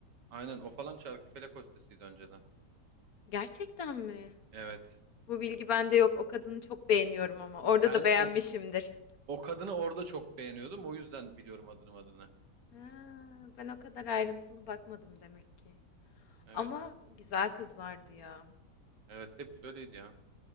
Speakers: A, on the right; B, on the left.
A: Aynen o falan Çarkıfelek hostesiydi önceden.
B: Gerçekten mi?
A: Evet.
B: Bu bilgi bende yok. O kadını çok beğeniyorum ama.
A: Ben
B: Orada da beğenmişimdir.
A: o o kadını orada çok beğeniyordum. O yüzden biliyorum adını adını.
B: Ha, ben o kadar ayrıntılı bakmadım demek ki.
A: Evet.
B: Ama güzel kızlardı ya.
A: Evet hep öyleydi ya.